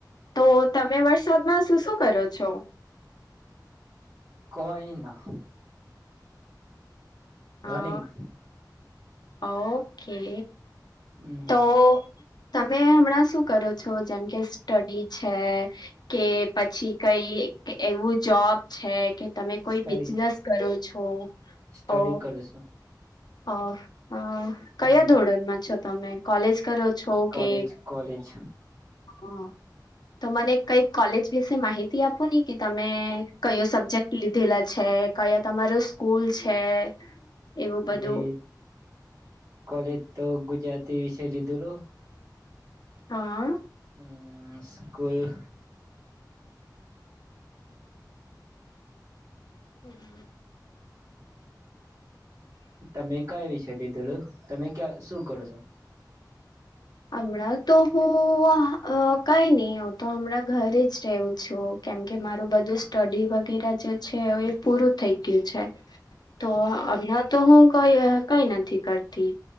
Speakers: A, on the left; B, on the right.
A: તો તમે વરસાદમાં શું શું કરો છો?
B: કઈ ના રનિંગ
A: અ ઓકે.
B: હમ્મ.
A: તો તમે હમણાં શું કરો છો, જેમ કે સ્ટડી છે? કે પછી કઈ એવું જોબ છે કે તમે કોઈ
B: સ્ટડી
A: બિઝનેસ કરો છો
B: સ્ટડી
A: ઓ
B: કરું છું
A: અ ઓ કયા
B: હમ
A: ધોરણમાં છો તમે કોલેજ કરો છો
B: કોલેજ
A: કે
B: કોલેજ
A: હ તો મને કઈક કોલેજ વિશે માહિતી આપો નહી કે તમે કયો સબ્જેક્ટ લીધેલા છે કયા તમારો સ્કૂલ છે એવું બધું
B: મે કોલેજ તો ગુજરાતી વિષય લીધેલો
A: અહ
B: હમ્મ સ્કૂલ
A: હમ્મ
B: તમે કયા વિષ લીધેલો તમે ક્યા શું કરો છો
A: હમણાં તો હું કઈ નહી હું તો હમણાં ઘરે જ રહું છું કેમકે મારું બધું સ્ટડી વગેરે જે છે એ પૂરું થઇ ગયું છે
B: <inaudible>
A: તો હમણા તો હું કઈ કઈ નથી કરતી